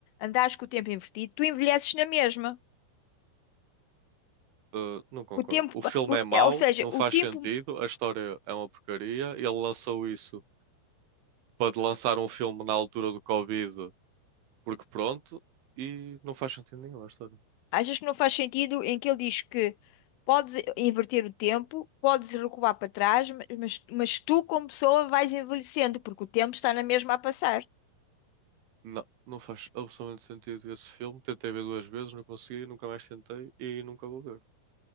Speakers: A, on the left; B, on the right.
A: andares com o tempo invertido, tu envelheces na mesma.
B: Uh, não concordo.
A: O tempo,
B: O
A: pa-
B: filme
A: o-
B: é mau,
A: é, ou seja,
B: não faz
A: o tempo
B: sentido, a história é uma porcaria. Ele lançou isso para lançar um filme na altura do Covid, porque pronto, e não faz sentido nenhum a história.
A: Achas que não faz sentido em que ele diz que podes inverter o tempo, podes recuar para trás, ma- mas, mas tu, como pessoa, vais envelhecendo, porque o tempo está na mesma a passar.
B: Não, não faz absolutamente sentido esse filme. Tentei ver duas vezes, não consegui, nunca mais tentei e nunca vou ver.